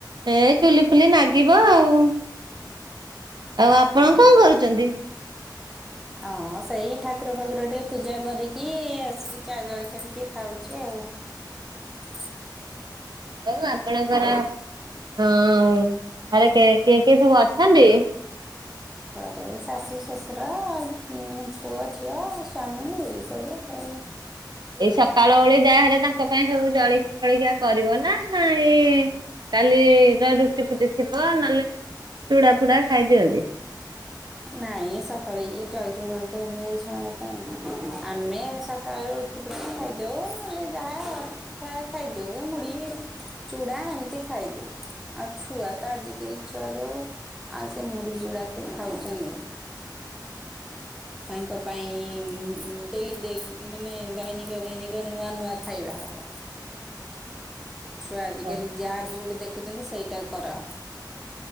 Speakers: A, on the right; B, in the centre.
A: ଏ ଚୁଲି ଫୁଲି ନାଗିବ ଆଉ। ଆଉ ଆପଣ
B: ହଁ
A: କଣ କରୁଚନ୍ତି।
B: ହଁ ସେଇ ଠାକୁର ଫାକୁର ଟିକେ ପୂଜା କରିକି ଆସିକି ଚା ଜଳଖିଆ ଟିକେ ଖାଉଚି ଆଉ। <inaudible>
A: ଆଉ ଆପଣଙ୍କର ହଁ ଘରେ କିଏ କିଏ ସବୁ ଅଛନ୍ତି।
B: ଘରେ ଶାଶୁ ଶଶୁର ପୁଅ ଝିଅ ସ୍ୱାମୀ ଏଇସବୁ ଆଉ।
A: ଏଇ ସକାଳ ଓଳି ଯାହାହେଲେ ତାଙ୍କ ପାଇଁ ସବୁ ଜଳଖିଆ ଫଳିଖିଆ କରିବ ନା ନା ଏଇ କାଲିର ରୁଟି ଫୁଟି ଥିବ ନହେଲେ ଚୁଡା ଫୁଡା ଖାଇଦିଅନ୍ତି।
B: ନାଇଁ ସକାଳୁ ଜଳଖିଆ ଫଳିକିଆ ହୁଏ ଛୁଆଙ୍କ ପାଇଁ ଆମେ ସକାଳୁ <unintelligible> ଖାଇଦଉ ନହଲେ ଯାହା ଥାଏ ଖାଇଦଉ ଏ ମୁଢି ଚୁଡା ଏମିତି ଖାଇଦଉ ଆଉ ଛୁଆ ତ ଆଜିକାଲି ଛୁଆ ଯଉ ଆଉ ସେ ମୁଢି ଚୁଡାକୁ ଖାଉଚନ୍ତି। ତାଙ୍କ ପାଇଁ ଡେଲି ମାନେ ଦୈନିକ ଦୈନିକ ନୂଆ ନୂଆ ଖାଇବା ହବ। ଛୁଆ ଆଜିକାଲି
A: ଓହୋ
B: ଯାହା ଯୋଉଠି ଦେଖୁଚନ୍ତି ସେଇଟା କର।